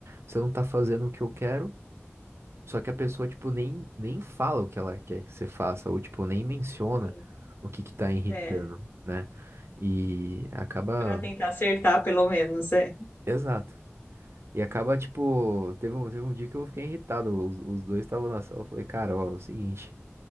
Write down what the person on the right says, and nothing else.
você não tá fazendo o que eu quero, só que a pessoa, tipo, nem, nem fala o que ela quer que você faça, ou, tipo, nem menciona
o que que tá irritando,
né? E acaba.
Exato. E acaba, tipo, teve um, teve um dia que eu fiquei irritado. Os, os dois estavam na sala. Eu falei, cara, ó, é o seguinte,